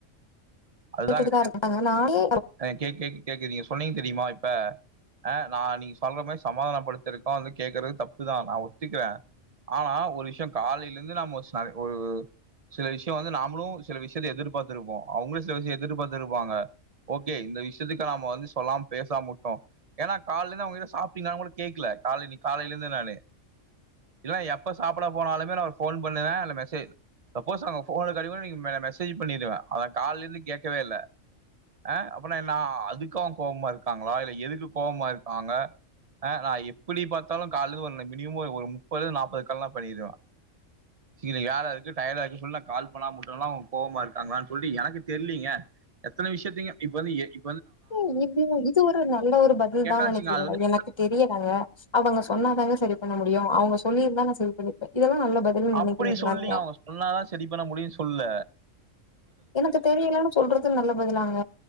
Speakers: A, on the left (about 30°); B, on the right (about 45°).
A: கேட்டுட்டுதா
B: அதுதாங்க
A: இருக்காங்க நானே
B: ஆ கே கே கேக்குது நீங்க சொன்னீங்க தெரியுமா இ ப்ப ஆ நா நீங்க சொல்ற மாரி சமாதானப்படுத்தறக்காக வந்து கேக்குறது தப்புதா நா ஒத்துக்கிறே ஆனா ஒரு விஷயோ காலைல இருந்து நம்ம ஒரு ஸ்னா ஒரு சில விஷயோ வந்து நாமளு சில விஷயத்த எதிர்பாத்திருப்போ அவுங்களு சில விஷயோ எதிர்பாத்திருப்பாங்க ஓகே இந்த விஷயத்துக்காக நாம வந்து சொல்லாம பேசாம உட்டோ ஏன்னா காலைல இருந்து அவங்ககிட்ட சாப்டீங்களான்னு கூட கேக்கல காலைல இன்னக்கி காலைல இருந்து நானு இல்லன்னா எப்ப சாப்பட போனாலுமே நா ஒரு ஃபோன் பண்ணுவே இல்ல மெசேஜ் சப்போஸ் அவுங்க ஃபோனுக்கு கெடைக்கல இது மெ மெசேஜ் பண்ணிருவே ஆனா காலைல இருந்து கேக்கவே இல்ல ஆ அப்பனா என்னா அதுக்கு அவுங்க கோவமா இருக்காங்ளா இல்ல எதுக்கு கோவமா இருக்காங்க ஆ நா எப்பிடி பாத்தாலு காலைல இருந்து ஒரு மினிமம் ஒரு ஒரு முப்பது நாப்பது கால்லா பண்ணிருவே இல்ல கேரா இருக்கு டயேடா இருக்குன்னு சொல்லி நா கால் பண்ணாம உட்டதுனால அவுங்க கோவமா இருக்காங்ளான்னு சொல்லி எனக்கு தெரிலீங்க எத்தன விஷயத்தயிங்க இப்ப வந்து எ இ
A: ஏ இது ஒ இது ஒரு நல்ல ஒரு பதில்தான்னு
B: கேட்டா வச்சுங்க
A: நெனைக்கிறீங்களா
B: அது வந்து
A: எனக்கு தெரியலங்க அவங்க அவங்க சொன்னாதாங்க சரி பண்ண மு டியு அவங்க சொல்லியிருந்தா நா செரி பண்ணிருப்பே இதல்லா நல்ல பதில்னு நெனைக்கிறீங்களா
B: அப்பிடி சொல்லுலீங்க
A: நீங்க
B: அவுங்க சொன்னாதா சரி பண்ண முடியுன்னு சொல்லுல
A: எனக்கு தெரியலன்னு சொல்ற து நல்ல பதிலாங்க